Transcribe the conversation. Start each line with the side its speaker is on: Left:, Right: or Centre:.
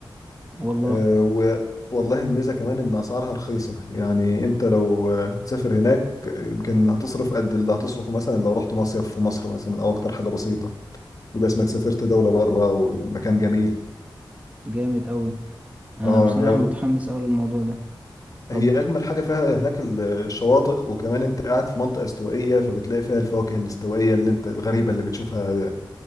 Right: والله
Left: آه، و والله الميزة كمان إن أسعارها رخيصة يعني أنت لو آه، تسافر هناك يمكن هتصرف قد اللي هتصرفه مثلا لو رحت مصيف في مصر مثلا أو أكتر حاجة بسيطة يبقى اسمك سافرت دولة بره ومكان جميل
Right: جامد قوي انا
Left: اه
Right: بصراحة
Left: هي
Right: متحمس قوي للموضوع ده طب
Left: هي اجمل حاجه فيها هناك ال- الشواطئ وكمان انت قاعد في منطقه استوائيه فبتلاقي فيها الفواكه الاستوائيه اللي انت الغريبه اللي بتشوفها